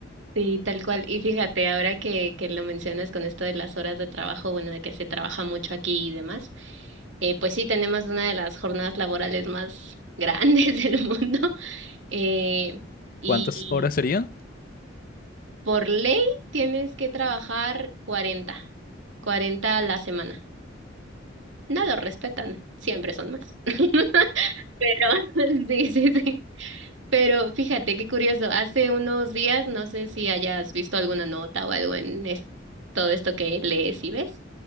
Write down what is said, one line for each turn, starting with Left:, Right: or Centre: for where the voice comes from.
Right: sí, tal cual. Y fíjate, ahora que, que lo mencionas con esto de las horas de trabajo, bueno, de que se trabaja mucho aquí y demás, eh, pues sí, tenemos una de las jornadas laborales más grandes <laughs> del mundo. Eh, y,
Left: ¿Cuántas horas serían?
Right: Por ley tienes que trabajar cuarenta, 40 a la semana. No lo respetan, siempre son más. <laughs> Pero <laughs> sí, sí, sí. Pero fíjate qué curioso, hace unos días, no sé si hayas visto alguna nota o algo en es- todo esto que lees y ves,